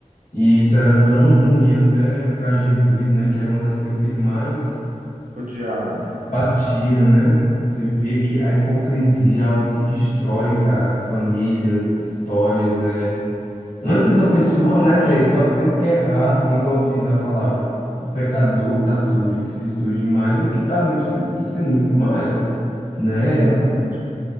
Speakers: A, on the left (about 85°); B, on the right (about 80°).
A: E isso era tão ruim até para Jesus, né, que era uma das coisas que ele mais
B: Odiava, né?
A: batia, né? Você via que a hipocrisia é algo que destrói, cara, famílias, histórias, é Antes
B: Não,
A: a pessoa,
B: demais.
A: né, velho,
B: des-
A: fazer o que é errado, igual diz a palavra, o pecador que tá sujo, que se suje mais, e o que tá limpo, se- que se limpe mais, né?
B: Exatamente.